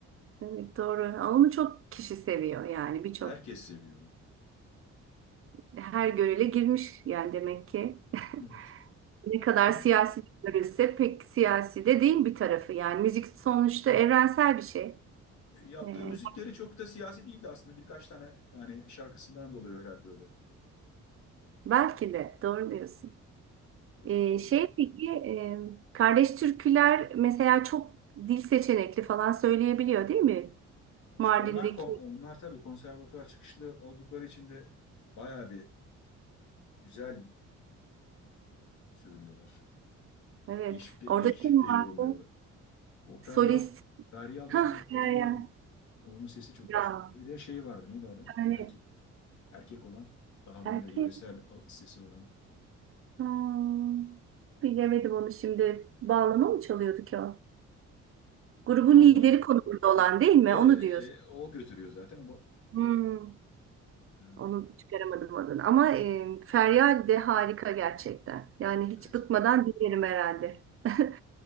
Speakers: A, on the right; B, on the left.
A: evet, doğru. Onu çok kişi seviyor yani birçok
B: Herkes seviyor. onu.
A: her görele girmiş yani demek ki. <laughs>
B: Evet.
A: Ne kadar
B: Tabii.
A: siyasi görülse pek siyasi de değil bir tarafı yani müzik sonuçta evrensel bir şey.
B: E, Yaptığı
A: Ee,
B: müzikleri çok da siyasi değildi aslında. Birkaç tane yani şarkısından dolayı herhalde öyle
A: belki de doğru diyorsun.
B: öyle
A: Ee,
B: kaldı.
A: şey peki e, kardeş türküler mesela çok dil seçenekli falan söyleyebiliyor değil mi? Mardin'deki
B: İşte onlar kon- onlar tabii konservatuvar çıkışlı oldukları için de bayağı bir güzel e, söylüyorlar.
A: Evet.
B: Değişik de,
A: Orada
B: değişik
A: kim
B: de
A: vardı?
B: yorumluyorlar. O Feryal
A: Solist.
B: Feryal Ön,
A: Hah Meryem.
B: Önyal onun sesi çok
A: Ya.
B: güçlü. Bir de şey vardı neydi adı?
A: Yani
B: Erkek erkek olan daha
A: erkek.
B: böyle yöresel al- sesi olan
A: Hmm, bilemedim onu şimdi. Bağlama mı çalıyordu ki o? Grubun
B: o bağla
A: lideri konumunda olan değil mi?
B: e, e,
A: Onu diyorsun.
B: o götürüyor zaten bu
A: Hmm,
B: e,
A: onu çıkaramadım adını. Ama e, Feryal de harika gerçekten. Yani hiç
B: evet.
A: bıkmadan dinlerim herhalde. <laughs>